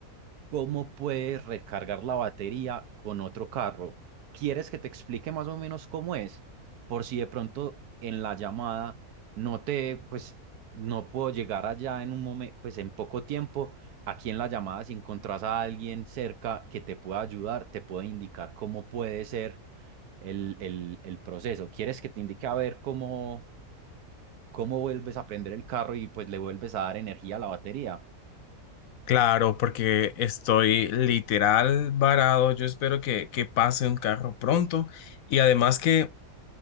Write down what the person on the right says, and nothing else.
cómo puedes recargar la batería con otro carro. ¿Quieres que te explique más o menos cómo es? Por si de pronto en la llamada no te, pues no puedo llegar allá en un momento, pues en poco tiempo. Aquí en la llamada, si encontrás a alguien cerca que te pueda ayudar, te puede indicar cómo puede ser el, el, el proceso. ¿Quieres que te indique a ver cómo, cómo vuelves a prender el carro y pues le vuelves a dar energía a la batería?